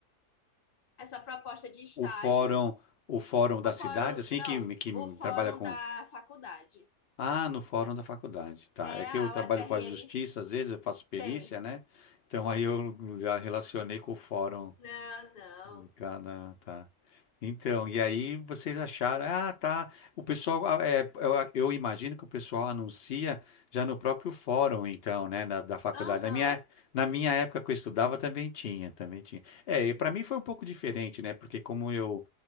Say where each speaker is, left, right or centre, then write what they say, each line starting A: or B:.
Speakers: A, on the left; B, on the left.
A: essa proposta de estágio.
B: o fórum, o fórum
A: O
B: da cidade,
A: fórum,
B: assim
A: não,
B: que, que
A: o fórum
B: trabalha com.
A: da faculdade.
B: Ah, no fórum da faculdade, tá?
A: É
B: É que
A: a
B: eu trabalho
A: UFRN,
B: com a justiça, às vezes eu faço
A: sei.
B: perícia, né? Então aí eu já relacionei com o fórum
A: Não, não.
B: de cada, tá? Então, e aí vocês acharam, ah, tá. O pessoal, ah, é, eu, ah, eu imagino que o pessoal anuncia já no próprio fórum, então, né, na- da faculdade.
A: Aham,
B: Na minha, na minha época que eu estudava também tinha, também tinha. É, para mim foi um pouco diferente, né, porque como eu,